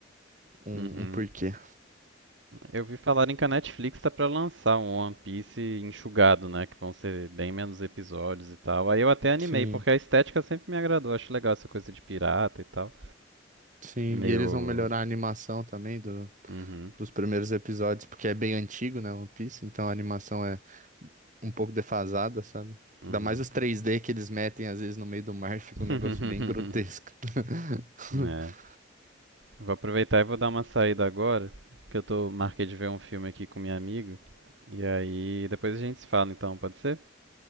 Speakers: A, on the right (about 40°); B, on the right (about 70°).
A: um,
B: Uhum.
A: um porquê.
B: Eu vi falarem que a Netflix tá pra lançar um One Piece enxugado, né? Que vão ser bem menos episódios e tal. Aí eu até animei,
A: Sim,
B: porque a estética sempre me agradou. Acho legal essa coisa de pirata e tal.
A: sim.
B: Meio.
A: E eles vão melhorar a animação também do,
B: Uhum.
A: dos primeiros episódios, porque é bem antigo, né? One Piece, então a animação é um pouco defasada, sabe?
B: Uhum.
A: Ainda mais os 3D que eles metem às vezes no meio do mar, <laughs> fica
B: <laughs>
A: um negócio bem grotesco. <laughs>
B: É. Vou aproveitar e vou dar uma saída agora, que eu tô marquei de ver um filme aqui com minha amiga. E aí depois a gente se fala então, pode ser?